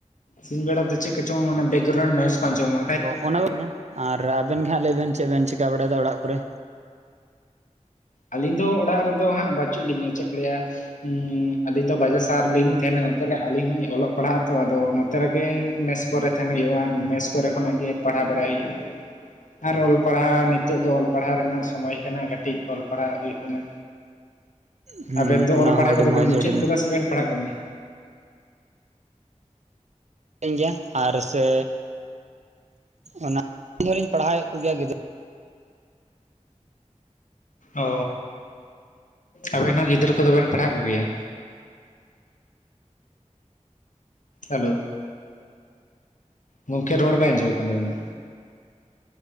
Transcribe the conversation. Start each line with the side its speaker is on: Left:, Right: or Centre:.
Left: ᱥᱤᱧ ᱵᱮᱲᱟ ᱫᱚ ᱪᱮᱫ ᱠᱚ ᱪᱚᱝ ᱵᱮᱠᱜᱨᱟᱣᱩᱱ ᱱᱚᱭᱮᱡᱽ ᱠᱚ ᱟᱸᱡᱚᱢᱟ
Right: ᱛᱚ ᱚᱱᱟ ᱠᱟᱱᱟ, ᱟᱨ ᱟᱵᱮᱱ ᱜᱮ ᱦᱟᱸᱜ ᱞᱟᱹᱭ ᱵᱮᱱ ᱪᱮᱫ ᱵᱮᱱ ᱪᱤᱠᱟᱹ ᱵᱟᱲᱟᱭᱮᱫᱟ ᱚᱲᱟᱜ ᱠᱚᱨᱮ?
Left: ᱟᱹᱞᱤᱧ ᱫᱚ ᱚᱲᱟᱜ ᱨᱮᱫᱚ ᱦᱟᱸᱜ ᱵᱟᱹᱪᱩᱜ ᱞᱤᱧᱟ᱾ ᱪᱮᱫ ᱠᱚ ᱞᱟᱹᱭᱟ ᱦᱩᱸ ᱟᱹᱞᱤᱧ ᱫᱚ ᱵᱟᱡᱟᱨ ᱥᱟᱦᱟᱨ ᱞᱤᱧ ᱛᱟᱦᱮᱱᱟ ᱱᱚᱛᱮ ᱨᱮ ᱟᱹᱞᱤᱧ ᱦᱚᱸᱞᱤᱧ ᱚᱞᱚᱜ ᱯᱟᱲᱦᱟᱜ ᱟᱛᱚ ᱟᱫᱚ ᱱᱚᱛᱮ ᱨᱮᱜᱮ ᱢᱮᱫ ᱥ ᱠᱚᱨᱮ ᱛᱟᱦᱮᱱ ᱦᱩᱭᱩᱜᱼᱟ ᱢᱮᱥ ᱠᱚᱨᱮ ᱠᱷᱚᱱᱟᱜ ᱜᱮ ᱯᱟᱲᱦᱟᱣ ᱵᱟᱲᱟᱭ ᱦᱩᱭᱩᱜᱼᱟ, ᱟᱨ ᱚᱞ ᱯᱟᱲᱦᱟᱣ ᱱᱤᱛ ᱱᱤᱛᱚᱜ ᱫᱚ ᱚᱞ ᱯᱟᱲᱦᱟᱣ ᱨᱮᱱᱟᱜ ᱥᱚᱢᱚᱭ ᱠᱟᱱᱟ ᱠᱟᱹᱴᱤᱡ ᱚᱞ ᱯᱟᱲᱦᱟᱜ ᱦᱩᱭᱩᱜ ᱠᱟᱱᱟ᱾
Right: ᱦᱩᱸ
Left: ᱟᱵᱮᱱ ᱫᱚ
Right: ᱚᱱᱟ
Left: ᱚᱞ ᱯᱟᱲᱦᱟᱣ
Right: ᱦᱚᱸ ᱟᱹᱰᱤ
Left: ᱠᱚᱫᱚ
Right: ᱢᱚᱡᱽ
Left: ᱵᱮᱱ ᱢᱩᱪᱟᱹᱫ
Right: ᱟᱹᱰᱤ
Left: ᱠᱟᱫᱟ ᱥᱮᱵᱮᱱ ᱯᱟᱲᱦᱟᱜ ᱠᱟᱱ ᱜᱮᱭᱟ?
Right: ᱜᱮᱭᱟ ᱟᱨ ᱥᱮ ᱚᱱᱟᱧ ᱫᱷᱚᱨᱤᱧ ᱯᱟᱲᱦᱟᱣᱮᱫ ᱠᱚᱜᱮᱭᱟ ᱜᱤᱫᱽᱨᱟᱹ
Left: ᱚ ᱟᱵᱮᱱ ᱦᱚᱸ ᱜᱤᱫᱽᱨᱟᱹ ᱠᱚᱫᱚ ᱵᱮᱱ ᱯᱟᱲᱦᱟᱜ ᱠᱚᱜᱮᱭᱟ? ᱦᱮᱞᱳ, ᱜᱚᱢᱠᱮ ᱨᱚᱲ ᱵᱟᱭ ᱟᱸᱡᱚᱢᱚᱜ ᱠᱟᱱ ᱛᱟᱵᱮᱱᱟ᱾